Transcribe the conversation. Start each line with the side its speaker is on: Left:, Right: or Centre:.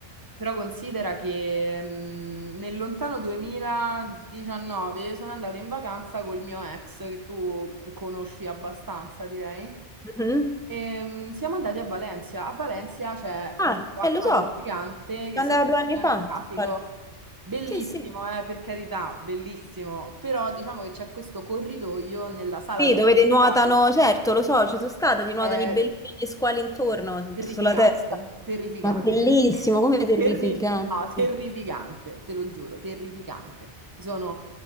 Right: Però considera che mh, nel lontano 2019 sono andata in vacanza col mio ex, che tu conosci abbastanza, direi.
Centre: Mhm.
Right: Ehm, siamo andati a Valencia. A Valencia c'è
Centre: Ah,
Right: questo acquario
Centre: e lo so, ci
Right: gigante che
Centre: andavo
Right: si chiama
Centre: due anni
Right: Oceanografico.
Centre: fa, ti ricordi?
Right: Bellissimo,
Centre: Sì, sì.
Right: eh, per carità, bellissimo. Però diciamo che c'è questo corridoio nella sala
Centre: Sì,
Right: degli
Centre: dove ti
Right: squali.
Centre: nuotano, certo, lo so, ci sono stata, ti nuotano
Right: È
Centre: i belli e gli squali intorno,
Right: Terrificante,
Centre: sulla testa.
Right: terrificante.
Centre: Ma bellissimo, come terrificante.
Right: Terri- no, terrificante,
Centre: Te
Right: te lo giuro, terrificante. Mi sono,